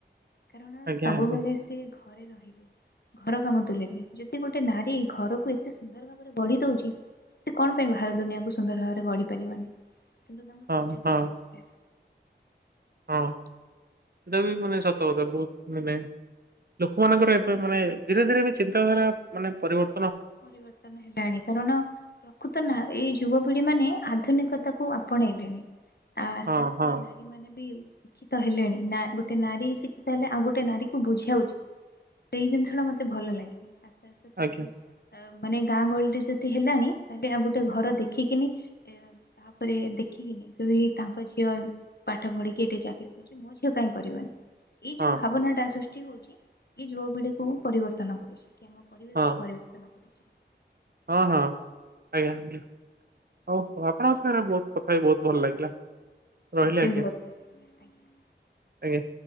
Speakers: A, on the left; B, on the right.
A: କାରଣ
B: ଆଜ୍ଞା
A: ସବୁବେଳେ
B: ଆଜ୍ଞା
A: ସେ ଘରେ ରହିଲେ ଘର କାମ ତୁଲେଇବେ। ଯଦି ଗୋଟେ ନାରୀ ଘରକୁ ଏତେ ସୁନ୍ଦର ଭାବରେ ଗଢି ଦଉଛି ସେ କଣ ପାଇଁ ବାହାର ଦୁନିଆକୁ ସୁନ୍ଦର ଭାବରେ ଗଢି ପାରିବନି? କିନ୍ତୁ ତମେ ସୁଯୋଗ
B: ହଁ ହଁ
A: ଦେବା ଦରକାର।
B: ହଁ। ସେଟା ବି ମାନେ ସତକଥା ବହୁତ ମାନେ ଲୋକମାନଙ୍କର ଏବେ ମାନେ ଧୀରେ ଧୀରେ ବି ଚିନ୍ତାଧାରା ମାନେ ପରିବର୍
A: ପରିବର୍ତ୍ତନ ହେଲାଣି କାରଣ ପ୍ରକୃତ ନା ଏ ଯୁବପିଢ଼ି ମାନେ ଆଧୁନିକତାକୁ ଆପଣେଇଲେଣି। ଆସ୍
B: ହଁ
A: ଆସି
B: ହଁ
A: ନାଇ ନାରୀମାନେ ବି ଶିକ୍ଷିତ ହେଲେଣି। ନା-ଗୋଟେ ନାରୀ ଶିକ୍ଷିତ ହେଲେ ଆଉ ଗୋଟେ ନାରୀକୁ ବୁଝିବା ଉଚିତ୍ ସେଇ ଜିନିଷ ଟା ମତେ ଭଲ ଲାଗେନି। ଆସ୍ତେ ଆସ୍ତେ ସବୁ
B: ଆଜ୍ଞା
A: ଅ-ମାନେ ଗାଁ ଗହଳିରେ ଯଦି ହେଲାଣି ତାହେଲେ ଆଉ ଗୋଟେ ଘର ଦେଖିକିନି ତାପରେ ଦେଖିକିନି କହିବେ ହେ ତାଙ୍କ ଝିଅ-ଏମ୍ ପାଠ ପଢିକି ଏଠି ଚାକିରୀ କରି ମୋ ଝିଅ କାଇଁ କରିବନି? ଏଇ ଯଉ
B: ହଁ
A: ଭାବନା ଟା ସୃଷ୍ଟି ହଉଛି ଏଇ ଯୁବପିଢିକୁ ପରିବର୍ତ୍ତନ କରୁଚି କି ଆମ ପରିବେଶକୁ
B: ହଁ
A: ପରିବର୍ତ୍ତନ ଜନାପଡୁଛି।
B: ହଁ ହଁ ଆଜ୍ଞା ଜ୍ଞା। ହଉ ଆପଣଙ୍କ ସାଙ୍ଗରେ ବହୁତ କଥା ହେଇ ବହୁତ ଭଲ ଲାଗିଲା। ରହିଲି
A: ମତେ
B: ଆଜ୍ଞା
A: ବି ବହୁତ ଭଲ ଲାଗିଲା ଆଜ୍ଞା।
B: ଆଜ୍ଞା।